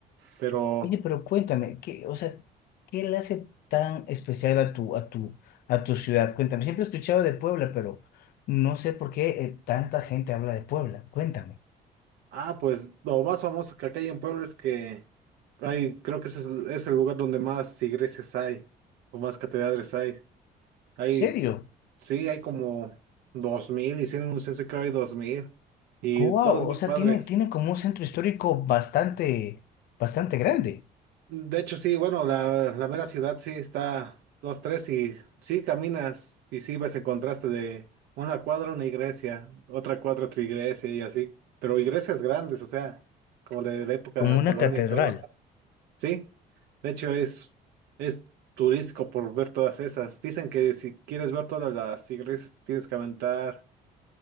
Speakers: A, on the right (about 80°); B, on the left (about 65°).
A: Pero,
B: Oye, pero cuéntame, ¿qué, o sea, qué le hace tan especial a tu, a tu, a tu ciudad? Cuéntame, siempre he escuchado de Puebla, pero no sé por qué eh, tanta gente habla de Puebla. Cuéntame,
A: ah, pues lo más famoso que acá hay en Puebla es que hay, creo que ese es, es el lugar donde más iglesias hay, o más catedrales hay. Hay,
B: ¿serio?
A: sí, hay como dos mil, hicieron un censo y creo hay dos mil, y
B: Wow,
A: todas muy
B: o sea,
A: padres.
B: tiene, tiene como un centro histórico bastante, bastante grande,
A: De hecho, sí, bueno, la, la mera ciudad sí está dos, tres y sí caminas y sí ves el contraste de una cuadra, una iglesia, otra cuadra, otra iglesia y así, pero iglesias grandes, o sea, como de la época
B: como
A: de la
B: una
A: colonia
B: catedral,
A: y todo. Sí, de hecho es, es turístico por ver todas esas. Dicen que si quieres ver todas las iglesias tienes que aventar